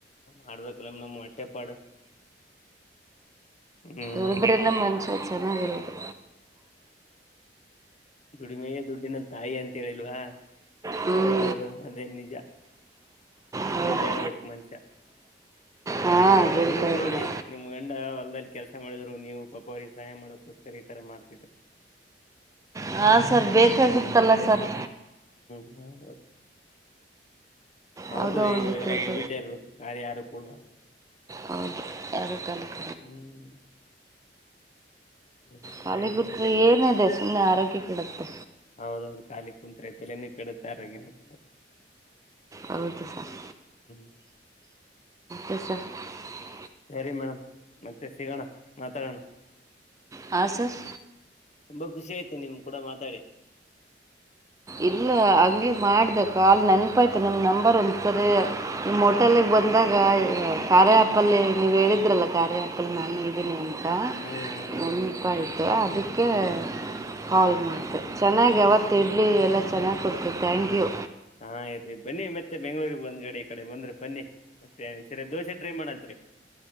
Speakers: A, on the left; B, on the right.
A: ಮಾಡ್ಬೇಕಲ್ಲ ನಮ್ ಹೊಟ್ಟೆಪಾಡು ಹ್ಮ್
B: ಎಡು ಬಿರಂದ ಮಂಸ ಚೆನ್ನಾಗಿರೋದು
A: ದುಡಿಮೆಯ ದುಡ್ದಿನ ತಾಯಿ ಅಂತ ಹೇಳಿಲ್ವಾ
B: ಹ್ಞೂ
A: ದೊಡ್ಡವರು ಅದೇ ನಿಜ
B: ಹೌದು
A: ದುಡಿತಾ ಇರ್ಬೇಕು ಮನುಷ್ಯ
B: ಹಾಂ ದುಡಿತಾ
A: ನೀವು
B: ಇರೋದು
A: ನೋಡಿ ನಿಮ್ ಗಂಡ ಹೊಲ್ದಲ್ಲಿ ಕೆಲ್ಸ ಮಾಡಿದ್ರು ನೀವು ಪಾಪ ಅವರಿಗೆ ಸಹಾಯ ಮಾಡಕೋಸ್ಕರ ಈ ತರ ಮಾಡ್ತಿದ್ರ
B: ಹಾ ಸರ್ ಬೇಕಾಗಿತ್ತಲ್ಲ ಸರ್
A: ಹೌದು ಹೌದ್ರೀ
B: ಯಾವುದೋ ಒಂದು
A: ಇವಾಗೆಲ್ಲ
B: ಕೆಲಸ
A: ದುಡಿತಾ ಇರ್ಬೇಕು ಗಾರಿ ಯಾರು ಕೊಡಬರ್ದ
B: ಹೌದು ಯಾರ ಆಗಕಲ್ಕ
A: ಹ್ಮ್ ಸರಿ
B: ಕಾಲಿ
A: ಸರಿ ಮ
B: ಕುತ್ರೆ ಏನ ಇದೆ ಸುಮ್ಮ್ನೆ ಆರೋಗ್ಯ ಕೆಡುತ್ತೆ.
A: ಹೌದೌದು ಖಾಲಿ ಕುಂತ್ರೆ ತೆಲೆನ್ ಕೆಡುತ್ತೆ ಆರೋಗ್ಯನು ಕೆಡುತ್ತೆ.
B: ಹೌದು ಸರ್.
A: <inaudible>
B: <unintelligible>
A: ಸರಿ ಮೇಡಮ್ ಮತ್ತೆ ಸಿಗೋಣ ಮಾತಾಡೋಣ.
B: ಹಾ ಸರ್.
A: ತುಂಬಾ ಖುಷಿ ಆಯ್ತು ನಿಮ್ ಕೂಡ ಮಾತಾಡಿ.
B: ಇಲ್ಲ ಹಂಗೆ ಮಾಡದೆ ಕಾಲ್ ನೆನಪಾಯ್ತು ನಿಮ್ಮ ನಂಬರ್ ಒಂದ್ಸರಿ ನಿಮ್ಮ ಹೋಟೆಲಿಗೆ ಬಂದಾಗ ಕಾರ್ಯ ಆಪಲ್ಲಿ ನೀವು ಹೇಳಿದ್ರಲ್ಲ ಕಾರ್ಯ ಆಪಲ್ ನಾನು ಇದ್ದೀನಿ ಅಂತ
A: ಹ್ಮ್ ಹ್ಮ್
B: ನೆನ್ಪಾಯಿತು ಆದಕ್ ಕ್ಕೇ ಕಾಲ್ ಮಾಡ್ದೇ ಚೆನ್ನಾಗ್ ಯಾವತ್
A: ಹಾ
B: ಇ ಇಡ್ಲಿ ಎಲ್ಲ ಚೆನ್ನಾಗ್ ಕೊಡ್ತಿರಿ ಥ್ಯಾಂಕ್ಯು.
A: ಹಾ ಇರ್ಲಿ ಬನ್ನಿ ಮತ್ತೆ ಬೆಂಗ್ಳೂರಿಗ್ ಬಂದ್ ಗಡಿ ಈ ಕಡೆ ಬಂದ್ರ್ ಬನ್ನಿ ಮತ್ತೆ ಸರಿ ದೋಸೆ ಟ್ರೈ ಮಾಡಂತ್ರಿ.